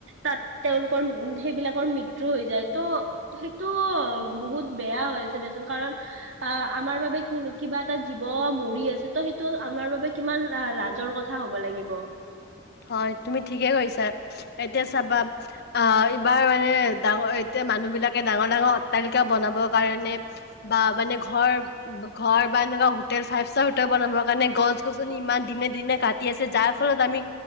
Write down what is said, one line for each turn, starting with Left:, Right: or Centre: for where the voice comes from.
Right: তাত তেওঁলোকৰ সেইবিলাকৰ মৃত্যু হৈ যায়, ত' তো বহুত বেয়া হৈ আছে দে চোন, কাৰণ আ, আমাৰ বাবে কো কিবা এটা জীৱ মৰি আছে, ত' সেইটো আমাৰ বাবে কিমান লা-লাজৰ কথা হ'ব লাগিব।
Left: হয় তুমি ঠিকে কৈছা, এতিয়া চাবা আ এইবাৰ এ ডাঙৰ, এতিয়া মানুহ বিলাকে ডাঙৰ ডাঙৰ অট্টালিকা বনাবৰ কাৰণে বা মানে ঘৰ ঘৰ বা এনেকা হোটেল ফাইভ ষ্টাৰ হোটেল বনাবৰ কাৰণে গছ-গছনি ইমান দিনে-দিনে কাট দি আছে যাৰ ফলত আমি